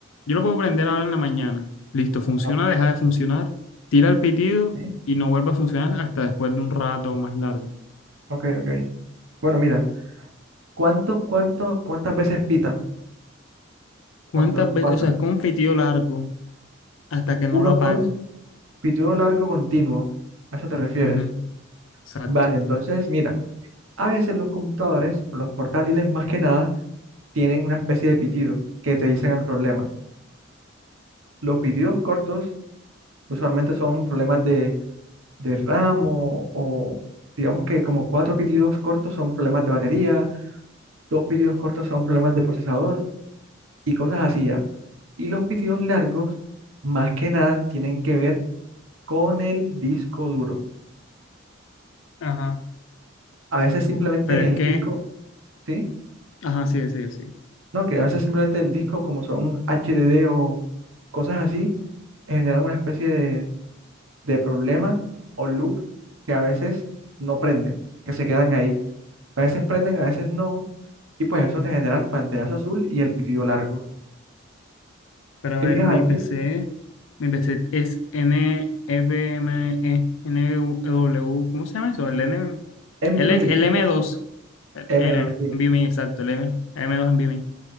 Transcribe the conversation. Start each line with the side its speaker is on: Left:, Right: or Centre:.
Left: yo lo puedo prender ahora en la mañana. Listo, funciona,
Right: Ah,
Left: deja de funcionar, tira el pitido
Right: ¿sí?
Left: y no vuelve a funcionar hasta después de un rato más largo.
Right: Ok, ok. Bueno, mira, ¿cuánto, cuánto, cuántas veces pita
Left: ¿Cuántas
Right: cuando eso
Left: veces?
Right: pasa?
Left: O sea, es como un pitido largo hasta que no
Right: Uno
Left: lo apague.
Right: solo, pitido largo continuo. ¿A eso te refieres?
Left: Ujú, Exacto.
Right: Vale, entonces, mira, a veces los computadores, los portátiles más que nada, tienen una especie de pitido que te dicen el problema. Los pitidos cortos usualmente son problemas de de ramo o digamos que como cuatro pitidos cortos son problemas de batería, dos pitidos cortos son problemas de procesador y cosas así ya. Y los pitidos largos, más que nada, tienen que ver con el disco duro.
Left: Ajá.
Right: A veces simplemente
Left: Pero es
Right: el
Left: que,
Right: disco, ¿sí?
Left: ajá, sí, sí, sí.
Right: No, que a veces simplemente el disco, como son HDD o cosas así, generan una especie de, de problema o loop que a veces no prenden, que se quedan ahí. A veces prenden, a veces no. Y pues eso te genera el pantallazo azul y el pitido largo.
Left: Pero a
Right: ¿Qué
Left: ver,
Right: me ibas
Left: mi
Right: a decir?
Left: PC, mi PC es n f m e n E w ¿cómo se llama eso? El N
Right: Envy
Left: Él es
Right: me,
Left: el M2, el,
Right: m
Left: el
Right: dos sí.
Left: NVMe, exacto, el M, 2 NVMe.